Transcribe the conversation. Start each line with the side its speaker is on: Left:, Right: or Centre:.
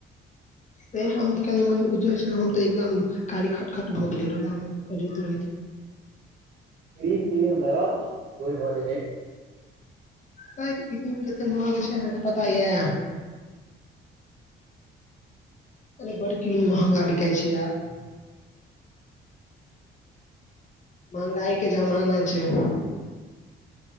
Left: त हम कनि मनी उज्जर छलहु हम तऽ एकदम कारी खट खट भ गेलियै रौदा मे रहैत रहैत
Right: क्रीम त्रीम लगाव गोर भऽ जेबय
Left: हय क्रीम कते महग छै अहाँ के पता य आरे बड़ क्रीम महँंगा बिकाइ छै यार महँंगाई के जमाना छै